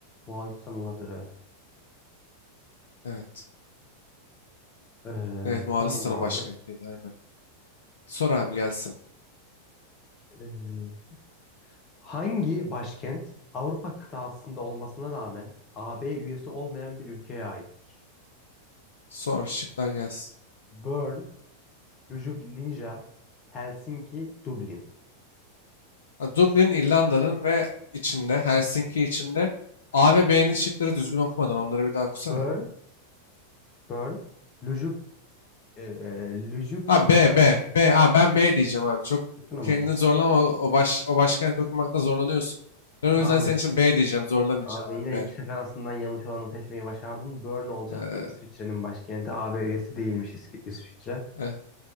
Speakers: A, on the left (about 30°); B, on the left (about 65°).
A: Moğolistan olabilir evet.
B: Evet.
A: Ee,
B: Evet Moğolistan'ın
A: tamam abi.
B: başkentiydi aynen. Sor abi gelsin.
A: Ee, hangi başkent Avrupa kıtasında olmasına rağmen AB üyesi olmayan bir ülkeye aittir?
B: Sor şıklar gelsin.
A: Bern, Ljubljana, Helsinki, Dublin.
B: Ha, Dublin İrlanda'nın ve içinde Helsinki içinde A ve B'nin şıkları düzgün okumadan onları bir daha okusana.
A: Bern, Bern, Ljub, e, e, Ljubljana.
B: Ha B B B ha ben B diyeceğim abi. Çok
A: Ljubljana
B: kendini
A: mı?
B: zorlama o o baş o başkenti okumakta zorlanıyorsun. Ben o
A: Abi,
B: yüzden senin için B diyeceğim. Zorlamayacağım
A: abi
B: abi
A: yine
B: B.
A: iki şık arasından yanlış olanı seçmeyi başardın. Bern olacaktı.
B: Ee,
A: İsviçre'nin başkenti. AB üyesi değilmiş İs- İsviçre.
B: e,